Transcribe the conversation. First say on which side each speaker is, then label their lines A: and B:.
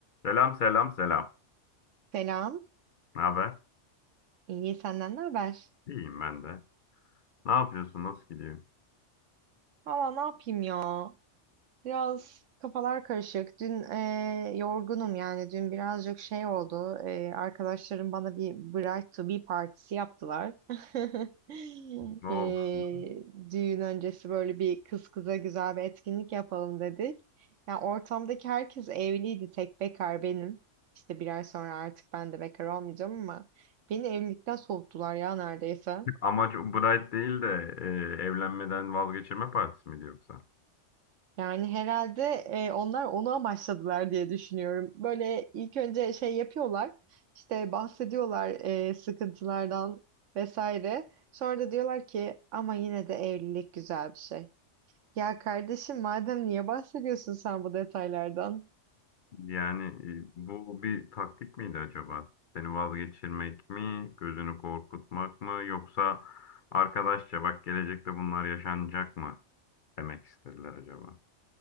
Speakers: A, on the left; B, on the right.
A: Selam selam selam.
B: Selam.
A: Ne haber?
B: İyi senden ne haber?
A: İyiyim ben de. Ne yapıyorsun? Nasıl gidiyor?
B: Valla ne yapayım ya? Biraz kafalar karışık. Dün eee, yorgunum yani. Dün birazcık şey oldu. Eee, arkadaşlarım bana bir Bright to be partisi yaptılar. <laughs>
A: Ne
B: Eee,
A: oldu? <laughs>
B: düğün öncesi böyle bir kız kıza güzel bir etkinlik yapalım dedik. Ya ortamdaki herkes evliydi. Tek bekar benim. İşte bir ay sonra artık ben de bekar olmayacağım ama beni evlilikten soğuttular ya neredeyse.
A: Amaç Bright değil de e, evlenmeden vazgeçirme partisi miydi yoksa?
B: Yani herhalde e, onlar onu amaçladılar diye düşünüyorum. Böyle ilk önce şey yapıyorlar, işte bahsediyorlar e, sıkıntılardan vesaire. Sonra da diyorlar ki ama yine de evlilik güzel bir şey. Ya kardeşim madem niye bahsediyorsun sen bu detaylardan?
A: Yani e, bu bir taktik miydi acaba? Seni vazgeçirmek mi, gözünü korkutmak mı yoksa arkadaşça bak gelecekte bunlar yaşanacak mı demek istediler acaba?